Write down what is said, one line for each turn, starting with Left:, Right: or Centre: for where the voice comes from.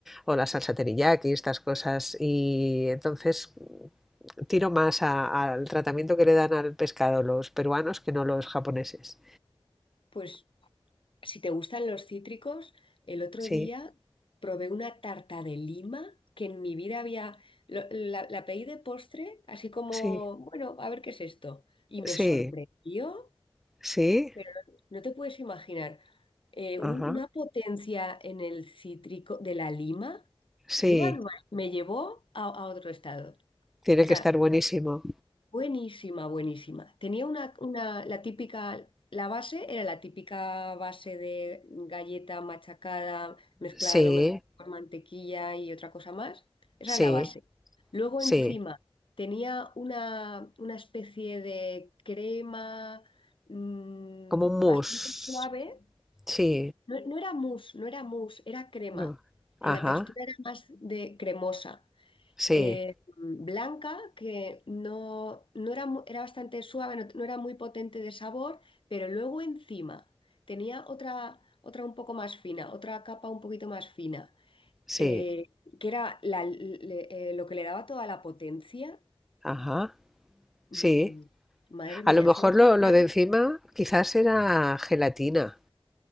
Centre: o la salsa teriyaki, estas cosas, y entonces tiro más a- al tratamiento que le dan al pescado los peruanos que no los japoneses.
Left: pues si te gustan los cítricos, el otro
Centre: Sí,
Left: día probé una tarta de lima que en mi vida había, lo- la, la pedí de postre, así como,
Centre: sí,
Left: bueno, a ver qué es esto. Y me
Centre: sí,
Left: sorprendió.
Centre: sí,
Left: Pero no te puedes imaginar eh, un-
Centre: ajá,
Left: una potencia en el cítrico de la lima.
Centre: sí,
Left: ¡Qué barbaridad! Me llevó a, a otro estado. O
Centre: tiene
Left: sea,
Centre: que estar buenísimo.
Left: Buenísima, buenísima. Tenía una, una, la típica, la base era la típica base de galleta machacada, mezclada
Centre: Sí,
Left: a lo mejor con mantequilla y otra cosa más. Esa
Centre: sí,
Left: era la base. Luego
Centre: sí,
Left: encima tenía una, una especie de crema mm,
Centre: como un
Left: bastante
Centre: mousse,
Left: suave.
Centre: sí,
Left: No, no era mousse, no era mousse, era crema.
Centre: no,
Left: Eh,
Centre: ajá,
Left: La textura era más de cremosa
Centre: sí,
Left: eh, blanca, que no, no era, mu- era bastante suave, no, no era muy potente de sabor, pero luego encima tenía otra, otra un poco más fina, otra capa un poquito más fina,
Centre: sí,
Left: eh, que era la- le- eh, lo que le daba toda la potencia.
Centre: ajá,
Left: Mm,
Centre: sí.
Left: madre
Centre: A
Left: mía,
Centre: lo mejor
Left: solo
Centre: lo,
Left: pensar...
Centre: lo de encima quizás era gelatina,